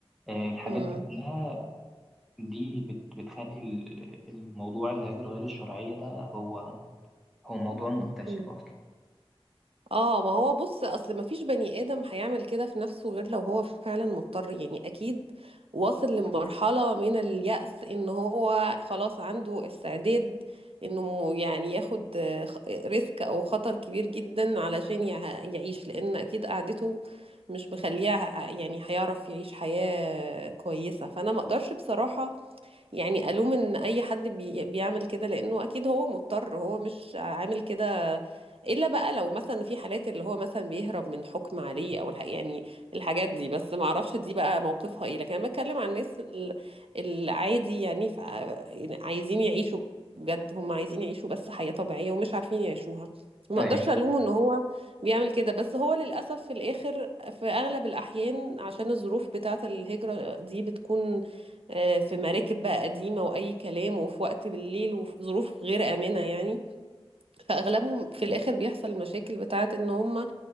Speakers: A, in the centre; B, on the right (about 65°).
A: آه، الحاجات
B: امم،
A: دي كلها دي بت- بتخلي ال- الموضوع الهجرة غير الشرعية ده هو هو موضوع منتشر
B: امم.
A: أصلا
B: اه ما هو بص اصل ما فيش بني ادم هيعمل كده في نفسه غير لو هو فعلا مضطر يعني اكيد واصل لمرحلة من اليأس ان هو خلاص عنده استعداد انه يعني ياخد آه، خ- ريسك او خطر كبير جدا علشان يع- يعيش لان اكيد قعدته مش مخليه ه- يعني هيعرف يعيش حياة كويسة فانا ما اقدرش بصراحة يعني ألوم إن أي حد بي بيعمل كده لأنه أكيد هو مضطر هو مش عامل كده إلا بقى لو مثلا في حالات اللي هو مثلا بيهرب من حكم عليه أو الح- يعني الحاجات دي بس ما أعرفش دي بقى موقفها إيه لكن أنا بتكلم عن الناس ال- العادي يعني ف- يعني عايزين يعيشوا بجد هم عايزين يعيشوا بس حياة طبيعية ومش عارفين يعيشوها ما
A: أيوه
B: اقدرش الومه ان هو بيعمل كده بس هو للاسف في الاخر في اغلب الاحيان عشان الظروف بتاعه الهجره دي بتكون آه، في مراكب بقى قديمة وأي كلام وفي وقت بالليل وفي ظروف غير آمنة يعني فأغلبهم في الآخر بيحصل المشاكل بتاعة إن هم